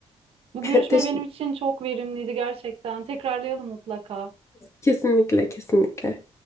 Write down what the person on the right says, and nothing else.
Bu
görüşme
benim için çok verimliydi gerçekten. Tekrarlayalım mutlaka.